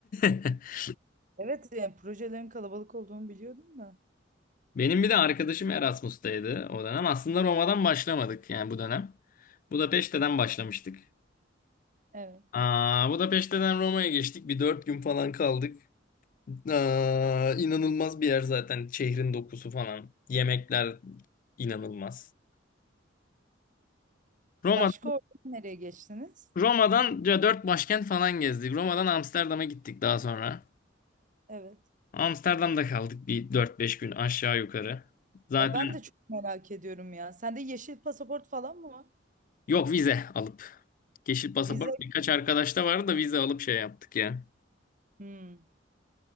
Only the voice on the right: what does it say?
evet yani projelerin kalabalık olduğunu biliyordum da.
Evet.
Başka orada nereye geçtiniz?
Evet.
Ya ben de çok merak ediyorum ya. Sende yeşil pasaport falan mı var?
Vize.
Hmm,